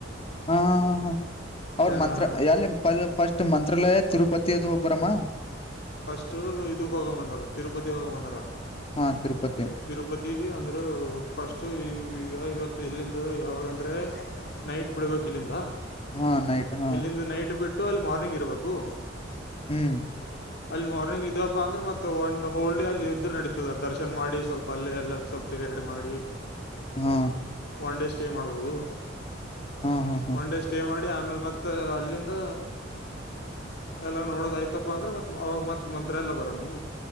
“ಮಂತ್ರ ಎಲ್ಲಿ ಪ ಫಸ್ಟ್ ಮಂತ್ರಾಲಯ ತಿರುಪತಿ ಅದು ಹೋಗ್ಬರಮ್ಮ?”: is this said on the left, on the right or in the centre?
Left